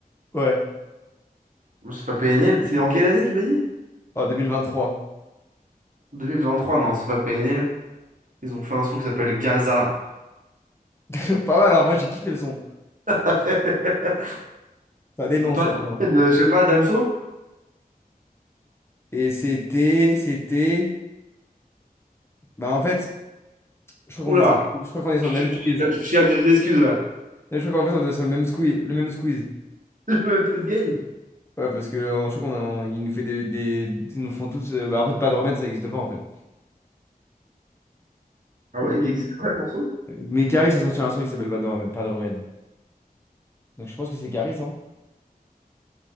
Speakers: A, on the left (about 15°); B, on the right (about 60°).
A: Ouais.
B: Non, C'est pas PNL. C'est en quelle année, tu m'as dit?
A: En deux mille vingt trois
B: 2023, non, c'est pas PNL. Ils ont fait un son qui s'appelle Gaza.
A: <laughs> Pas mal, alors moi j'ai kiffé le son.
B: <laughs>
A: Ça dénonce,
B: Pas
A: ça
B: de
A: dénonce.
B: remède, euh, je sais pas, Damso?
A: Et c'était, c'était. Bah en fait, je crois qu'on
B: Oula,
A: est, je crois qu'on est sur
B: tu
A: le même
B: cherches
A: quiz.
B: tu cherches des excuses là.
A: Je crois qu'en fait on est sur le même squeeze, le même squeeze.
B: <laughs> Le même truc de game.
A: Ouais, parce que euh, je crois qu'on a, il nous fait des, des- ils nous font tous. euh, bah en fait, pas de remède, ça n'existe pas en fait.
B: Ah
A: Mais,
B: ouais, il existe quoi le morceau?
A: mais Caris a sorti un son qui s'appelle pas de remède. Pas de remède. Donc je pense que c'est Caris, hein.